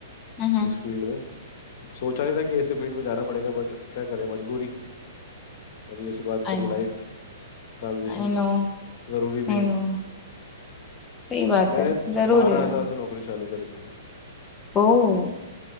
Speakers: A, on the left; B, on the left.
A: Hmm
B: इस फील्ड में सोचा नहीं था कि ऐसे फील्ड में जाना पड़ेगा बट क्या करें मजबूरी अभी जैसे बात करी
A: I know
B: लाइफ ट्रांजिशंस
A: I know
B: ज़रूरी भी
A: I
B: है
A: know सही बात
B: मैंने
A: है जरूरी
B: बारह
A: है
B: हज़ार से नौकरी चालू करी थी
A: ओह